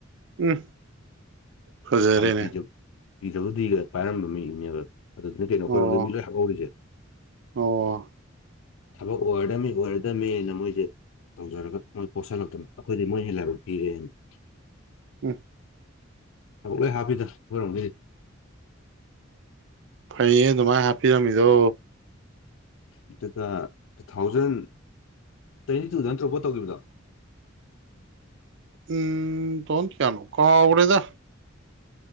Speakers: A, on the right (about 65°); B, on the left (about 70°).
A: ꯎꯝ ꯐꯖꯔꯦꯅꯦ
B: ꯍꯥꯅ <unintelligible> ꯄꯤ ꯗꯕꯂꯤꯎ ꯗꯤ ꯒ ꯄꯥꯏꯔꯝꯕ ꯃꯤꯗꯨꯅꯦꯕ ꯑꯗꯨꯗꯨꯅ ꯀꯩꯅꯣ ꯑꯩꯈꯣꯏꯔꯣꯝꯒꯤ
A: ꯑꯣ
B: ꯃꯤ ꯂꯣꯏ <unintelligible> <unintelligible>
A: ꯑꯣ
B: ꯊꯕꯛ ꯑꯣꯏꯔꯗꯝꯃꯤ ꯑꯣꯏꯔꯗꯝꯃꯦꯅ ꯃꯣꯏꯁꯦ ꯇꯧꯖꯔꯒ ꯃꯣꯏ ꯄꯣꯠꯁꯤꯜꯂꯛꯇꯅ ꯑꯩꯈꯣꯏꯗꯩ ꯃꯣꯏꯅ ꯍꯦꯟ ꯂꯥꯏꯕꯛ ꯊꯤꯔꯦꯅ
A: ꯎꯝ
B: ꯊꯕꯛ ꯂꯣꯏ ꯍꯥꯞꯄꯤꯗ ꯑꯩꯈꯣꯏꯔꯣꯝꯒꯤꯗꯤ
A: ꯐꯩꯌꯦ ꯑꯗꯨꯃꯥꯏꯅ ꯍꯥꯞꯄꯤꯔꯝꯃꯤꯗꯣ
B: ꯑꯗꯨꯒ ꯇꯨ ꯊꯥꯎꯖꯟ ꯇ꯭ꯋꯦꯟꯇꯤ ꯇꯨꯗ ꯅꯇ꯭ꯔꯣ ꯕꯣꯠ ꯇꯧꯈꯤꯕꯗꯣ
A: ꯎꯝ ꯇꯨ ꯊꯥꯑꯣꯖꯟ ꯀꯌꯥꯅꯣ ꯀꯥꯎꯔꯦꯗ